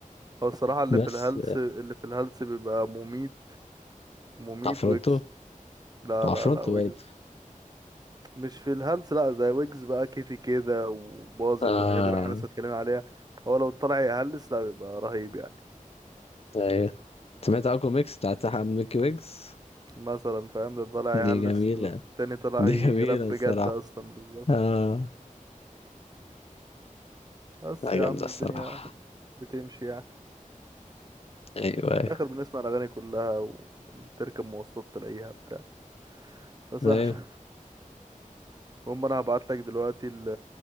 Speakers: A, on the right; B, on the left.
A: هو الصراحة اللي
B: بس
A: في الهلس اللي في الهلس بيبقى مميت مميت
B: عفروتو
A: ويجز لا
B: عفروتو
A: لا لا ويجز
B: برضه
A: مش في الهلس لا زي ويجز بقى كيفي كده وباظت
B: آه
A: والحاجات اللي احنا لسه اتكلمنا عليها هو لو طلع يهلس لا بيبقى رهيب يعني
B: أيوة سمعت أكو ميكس بتاعت أحمد ميكي ويكس
A: مثلا فاهم ده طالع
B: دي
A: يهلس
B: جميلة
A: والتاني طالع
B: دي
A: يرب
B: جميلة الصراحة
A: جد اصلا بالظبط
B: آه
A: بس
B: لا
A: يا
B: جامدة
A: عم
B: الصراحة
A: الدنيا بتمشي يعني
B: أيوة أيوة
A: في الاخر بنسمع الاغاني كلها و- وتركب مواصلات تلاقيها بتاع فسهل
B: أيوة
A: المهم انا هبعت لك دلوقتي ال-